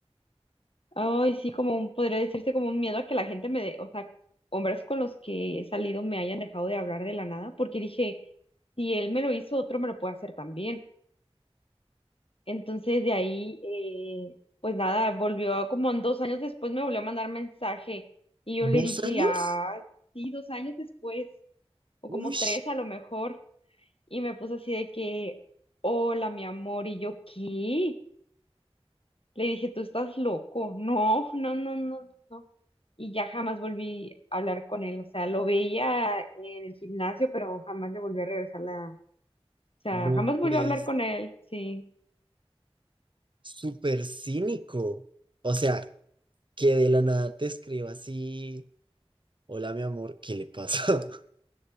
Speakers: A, on the left; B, on the right.
A: ay, sí, como un, podría decirse como un miedo a que la gente me dé, o sea, hombres con los que he salido me hayan dejado de hablar de la nada, porque dije, si él me lo hizo, otro me lo puede hacer también. Entonces de ahí, eh, pues nada, volvió como en dos años después me volvió a mandar mensaje y yo
B: ¿Dos
A: le dije,
B: años?
A: ah, sí, dos años después, o
B: Uy,
A: como tres a lo mejor, y me puso así de que, hola, mi amor, y yo, ¿qué? Le dije, tú estás loco, no, no, no, no, no, no. Y ya jamás volví a hablar con él, o sea, lo veía en el gimnasio, pero jamás le volví a regresar la, o sea,
B: no
A: jamás volví
B: puedes
A: a hablar con él, sí,
B: Súper cínico. O sea, que de la nada te escriba así, hola mi amor, ¿qué le pasa? <laughs>